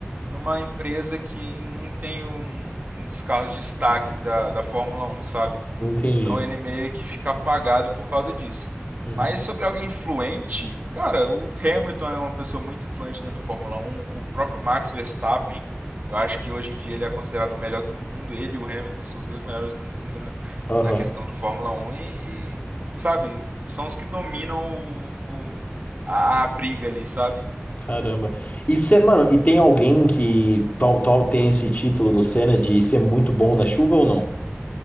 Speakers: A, on the right (about 40°); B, on the left (about 40°).
A: numa empresa que não tem um, um dos carros destaques da, da Fórmula Um sabe?
B: entendi.
A: Então ele meio que fica apagado por causa disso.
B: Uhum.
A: Mas sobre alguém influente, cara, o Hamilton é uma pessoa muito influente dentro do Fórmula Um o próprio Max Verstappen, eu acho que hoje em dia ele é considerado o melhor do mundo, ele e o Hamilton são os dois melhores do mundo, né,
B: Aham.
A: na questão do Fórmula Um e, e, sabe, são os que dominam o, o- a, a briga ali, sabe?
B: Caramba. E cê, mano, e tem alguém que tal, tal tem esse título do Senna de ser muito bom na chuva ou não?